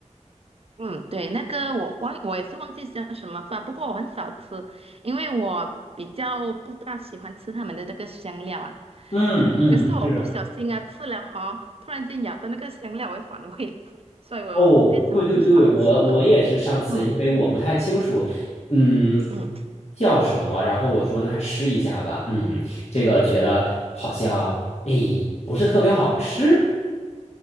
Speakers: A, on the right; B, on the left.
A: 嗯，对，那个我忘，我也是忘记叫什么饭，不过我很少吃，因为我比较不大喜欢吃他们的那个香料啊。
B: 嗯嗯，
A: 有时候我不小心啊吃了哈，
B: 是。
A: 突然间咬到那个香料，我会反胃，所以我变成我就少吃了。
B: 哦，对对对，我我也是上次，
A: 嗯
B: 因为我不太清楚，嗯，
A: 嗯，
B: 叫什么，然后我说那吃一下吧，嗯，这个觉得好像，哎，不是特别好吃，